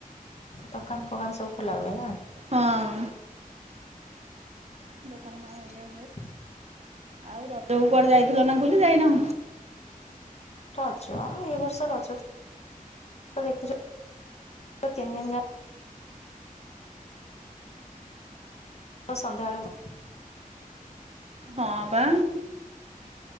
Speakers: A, on the left (about 45°); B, on the right (about 45°).
A: ଦୋକାନ୍ ଫୋକାନ୍ ସବୁ ଖୋଲା ହୁଏ ନା?
B: ହଁ। <inaudible>
A: <inaudible>
B: ଆଉ ରଜକୁ କୁଆଡେ ଯାଇଥିଲ ନା ବୁଲି ଯାଇନ?
A: ରଜ ଏ ବର୍ଷ ରଜ <unintelligible> ହଉ ସନ୍ଧ୍ୟାବେଳୁକୁ।
B: ହଁ ପା।